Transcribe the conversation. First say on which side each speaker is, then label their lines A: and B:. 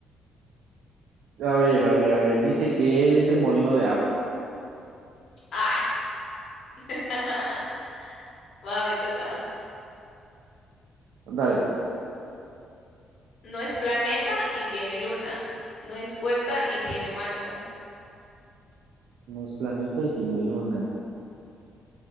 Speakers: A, on the right (about 80°); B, on the left (about 60°).
A: A ver, a ver, a ver. Dice que es el molino de agua.
B: Ay. <laughs> Va, me toca.
A: Dale, ve.
B: No es planeta y tiene luna. No es puerta y tiene marco.
A: No es planeta y tiene luna.